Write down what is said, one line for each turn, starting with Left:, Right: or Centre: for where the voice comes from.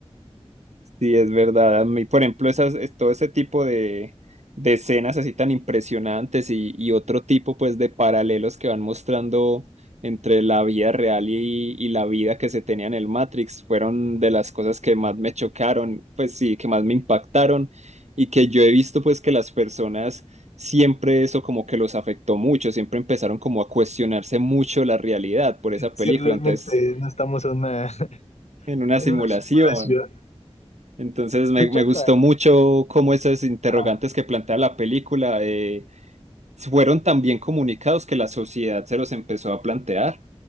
Right: Sí, es verdad. A mí, por ejemplo, esas, es- todo ese tipo de, de escenas así tan impresionantes y, y otro tipo pues de paralelos que van mostrando entre la vida real y, y la vida que se tenía en el Matrix fueron de las cosas que más me chocaron, pues sí, que más me impactaron y que yo he visto pues que las personas siempre eso como que los afectó mucho, siempre empezaron como a cuestionarse mucho la realidad por esa película.
Left: Si realmente
Right: Entonces,
Left: no estamos en una, <laughs>
Right: en una
Left: en
Right: simulación.
Left: una simulación.
Right: Entonces me,
Left: De hecho,
Right: me
Left: hasta
Right: gustó mucho cómo esos interrogantes
Left: ah,
Right: que plantea la película eh, fueron tan bien comunicados que la sociedad se los empezó a plantear.